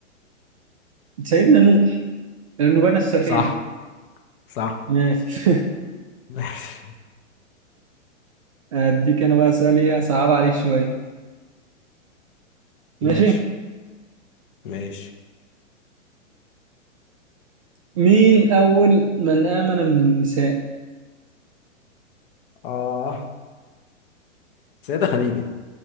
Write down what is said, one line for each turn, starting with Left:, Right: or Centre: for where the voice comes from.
Right: سيدنا نوح لأنه بنى السفينة
Left: صح صح
Right: ماشي
Left: <laughs> ماشي
Right: <laughs> أديك أنا بقى سؤال إيه أصعب عليك شوية ماشي
Left: ماشي ماشي
Right: مين أول من آمن من النساء؟
Left: اه سيدة خديجة